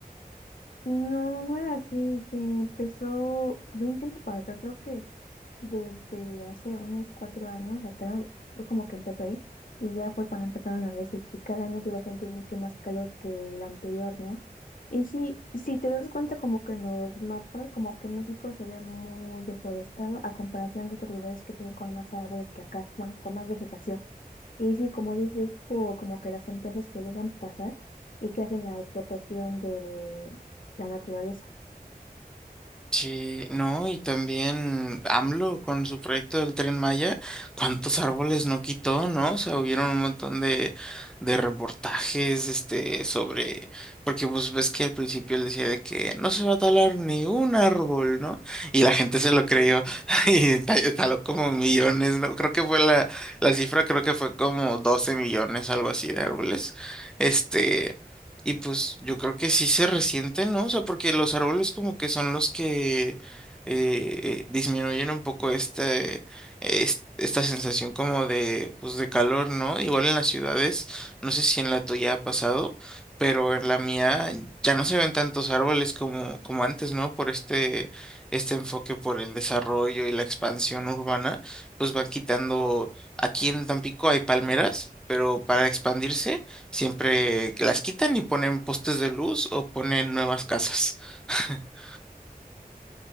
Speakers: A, on the left; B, in the centre.
A: No, no era así. Se empezó de un tiempo para acá, creo que desde hace unos cuatro años atrás, fue como que empezó ahí. Y ya fue cuando empezaron a decir que cada año se iba a sentir mucho más calor que el anterior, ¿no? Y sí, si te das cuenta, como que en los mapas, como que México se ve muy deforestado a comparación de otros lugares que se ven con más árboles que acá, bueno, con más vegetación. Y sí, como dices, por como que las empresas que dejan pasar y que hacen la explotación de, la naturaleza.
B: Sí, no, y también AMLO con su proyecto del Tren Maya, cuántos árboles no quitó, ¿no? O sea, hubieron un montón de, de reportajes, este, sobre, porque pues ves que al principio él decía de que no se va a talar ni un árbol, ¿no? Y la gente se lo creyó <laughs> y ta- taló como millones, ¿no? Creo que fue la, la cifra, creo que fue como 12 millones, algo así de árboles. Este. Y pues yo creo que sí se resienten, ¿no? O sea, porque los árboles como que son los que eh, disminuyen un poco este, es- esta sensación como de, pues de calor, ¿no? Igual en las ciudades, no sé si en la tuya ha pasado, pero en la mía ya no se ven tantos árboles como, como antes, ¿no? Por este, este enfoque por el desarrollo y la expansión urbana, pues van quitando, aquí en Tampico hay palmeras. Pero para expandirse Siempre las quitan y ponen postes de luz o ponen nuevas casas. <laughs>